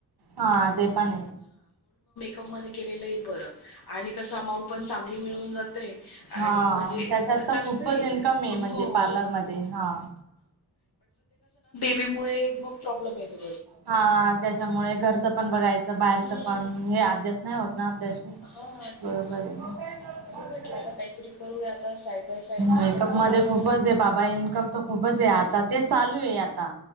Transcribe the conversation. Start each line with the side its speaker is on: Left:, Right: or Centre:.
Right: हा अे पण
Left: के बर आणि कस अंट पण चांग मिळून जाते
Right: हा
Left: आणि म्हणजे
Right: त्याच्यात तर
Left: जास्त
Right: खूपच
Left: हे नाही.
Right: इन्कम म्हणजे
Left: हो.
Right: पार्लर मध्ये हा
Left: बी मु मग प्रॉब्लेम येते
Right: हा त्याच्यामुळे घरचं पण बघायचं बाहेरचं
Left: हं.
Right: पण हे अर्ध्यास नाही होत ना श
Left: हां,
Right: बरोबर
Left: तेच.
Right: आहे
Left: म्हणून म्हटलं आता काहीतरी करूया आता साईड बाय साईड मेकअपचं
Right: मेकअप
Left: चालू
Right: मध्ये खूपच आहे बाबा इन्कम तर खूपच आहे आता ते चालू आहेता